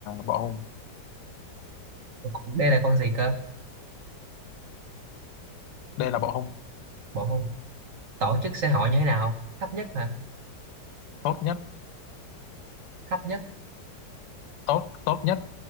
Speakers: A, on the left; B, on the right.
A: bọ hung.
B: Đây là con gì cơ?
A: đây là bộ hung
B: Bộ hung. Tổ chức xã hội như thế nào? Thấp nhất hả?
A: tốt nhất
B: Thấp nhất,
A: tốt tốt nhất